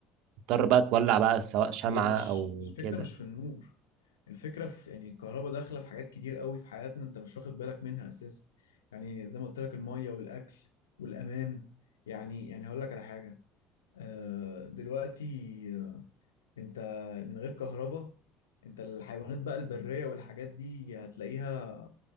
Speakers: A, on the right (about 60°); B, on the left (about 80°).
A: تضطر بقى تولع بقى سواء شمعة
B: هي مش
A: او
B: الفكرة
A: كده
B: مش في النور الفكرة في يعني الكهرباء داخلة في حاجات كتير قوي في حياتنا انت مش واخد بالك منها اساسا يعني زي ما قلت لك المية والاكل والامان يعني يعني هقول لك على حاجة آه، دلوقتي آه، انت من غير كهرباء انت الحيوانات بقى البرية والحاجات دي هتلاقيها